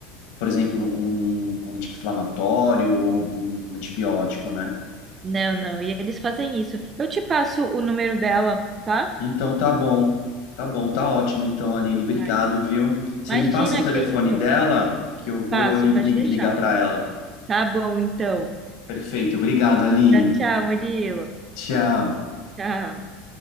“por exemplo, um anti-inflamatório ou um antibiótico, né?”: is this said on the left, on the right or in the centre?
Left